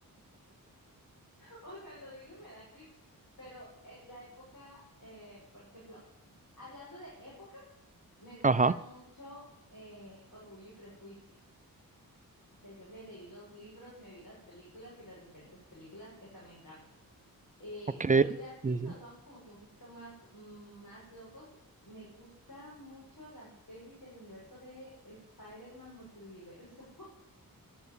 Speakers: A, on the left; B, on the right.
A: O sea, lo digo y me da cringe, pero eh, la época, eh, por ejemplo, hablando de épocas, me gusta
B: Ajá,
A: mucho eh, Orgullo y Prejuicio. O sea, yo me leí los libros, me vi las películas y las diferentes películas, esa me encanta. Eh,
B: ok.
A: pero ya sí
B: Sí, sí.
A: nos vamos como que un poquito más, mm, más locos. Me gusta mucho las pelis y el universo de Spider-Man Multiverso.